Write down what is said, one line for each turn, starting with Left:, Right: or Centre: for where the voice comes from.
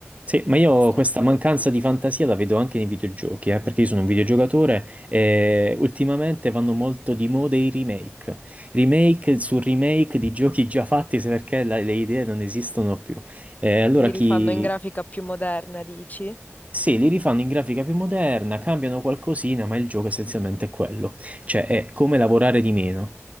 Right: Sì, ma io
Left: Sta-
Right: questa mancanza di fantasia la vedo anche nei videogiochi, eh, perché io sono un videogiocatore e ultimamente vanno molto di moda i remake. Remake su remake di giochi già fatti se perché la- le idee non esistono più. Eh, allora
Left: Li
Right: chi,
Left: rifanno in grafica più moderna, dici?
Right: Sì, li rifanno in grafica più moderna, cambiano qualcosina, ma il gioco essenzialmente è quello. Cioè, è come lavorare di meno.